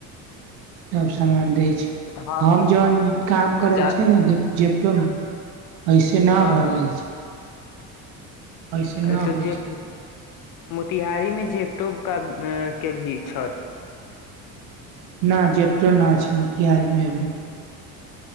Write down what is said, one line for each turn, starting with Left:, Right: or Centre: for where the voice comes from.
Right: तब सामान दै छै
Left: हँ
Right: हम जहन काम करै
Left: जा
Right: छियै ने जे जेपटो मे ऐसे ना
Left: हँ
Right: भऽ गेल छै ऐसे ना
Left: ए तऽ
Right: होइ
Left: जे
Right: छै
Left: मोतिहारी मे जेबटोब का के भी छल
Right: ना जेपटो ना छै मोतिहारी मे अभी